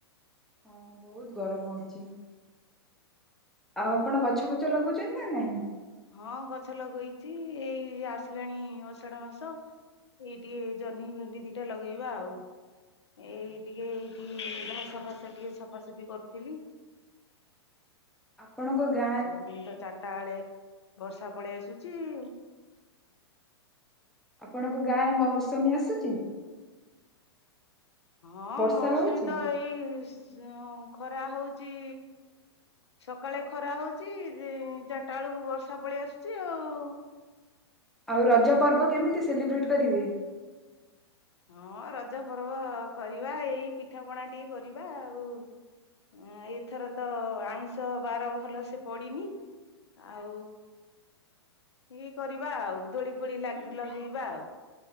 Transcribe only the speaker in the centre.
ହଁ ବହୁତ ଗରମ ହଉଛି। ଆଉ ଆପଣ ଗଛ ଫଛ ଲଗଉଛନ୍ତି ନା ନାହିଁ।
ଆପଣଙ୍କ ଗା
ଆପଣଙ୍କ ଗାଁ ରେ ମୌସୁମୀ ଆସୁଛି।
ବର୍ଷା
ହଉଛି?
ଆଉ ରଜ ପର୍ବ କେମିତି ସେଲିବ୍ରେଟ୍ କରିବେ।